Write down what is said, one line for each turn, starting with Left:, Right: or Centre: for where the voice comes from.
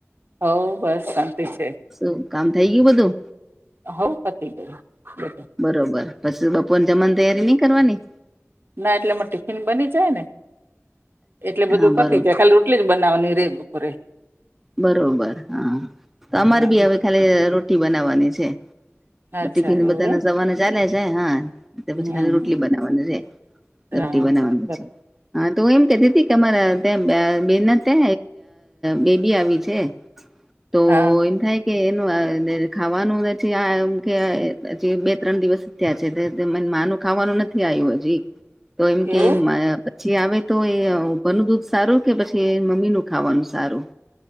Right: હ બસ ઠીક છે
Centre: શું કામ થઈ ગયું બધું
Right: હો પતિ ગયુ બટ.
Centre: બરોબર પછી બપોર જમવાની તૈયારી નહી કરવાની
Right: ના એટલેમાં ટિફિન બની જાય ને એટલે બધું
Centre: હા
Right: પતી
Centre: બરો
Right: જાય ખાલી એટલી જ બનાવાની રે બપોરે.
Centre: બરોબર હા તો અમારે
Right: હા
Centre: બી હવે ખાલી રોટી બનાવવાની છે.
Right: અચ્છા
Centre: ટિફિન
Right: એવું
Centre: બધાને
Right: એમ
Centre: સવારને ચાલે છે હા.
Right: હમ
Centre: પછી તાલી રોટલી
Right: હમ.
Centre: બનાવવાનું છે
Right: હા
Centre: રોટલી બનાવાનું
Right: બરોબર
Centre: છે હા તો હું એમ કહેતી. તમારા ત્યાં બેન તે બેબી આવી છે. તો
Right: હા
Centre: એમ થાય. કે એનું ખાવાનું આમ કે બે ત્રણ દિવસ ત્યાં છેને માનું ખાવાનું નથી આવ્યું હજી તો એમ કે
Right: એવું
Centre: જે આવે તો એ ઉપર નુ દૂધ સારું કે પછીએનિ મમ્મી નું ખાવાનું સારું